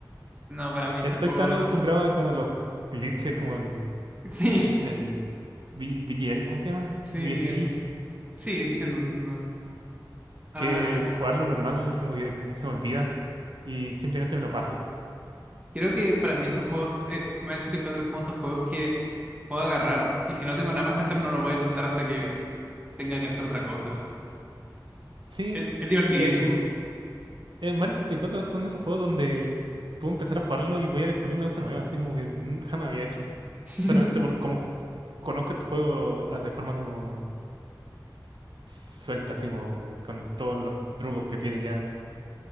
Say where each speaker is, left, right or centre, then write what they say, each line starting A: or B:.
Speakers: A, on the right; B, on the right.
A: No, para mí este
B: Estoy
A: juego...
B: tan acostumbrado a como los glitches, como el,
A: <laughs> Sí,
B: el B- BGL, ¿cómo se llama?
A: sí,
B: BLG,
A: el... Sí, entiendo, entiendo. Ah.
B: que jugarlo normal como que se me olvida y simplemente me lo paso.
A: Creo que para mí estos juegos, eh, eh, Mario 64 es como esos juegos que puedo agarrar y si no tengo nada más que hacer no lo voy a soltar hasta que tenga que hacer otra cosa.
B: Sí,
A: Es, es divertidísimo.
B: eh, eh, Mario 64 son de esos juegos donde puedo empezar a jugarlo y voy a descubrir una cosa nueva, así como que nunca jamás había hecho.
A: <laughs>
B: Solamente por cómo ju- conozco este juego ah, de forma como suelta, así como con todos los trucos que tiene ya,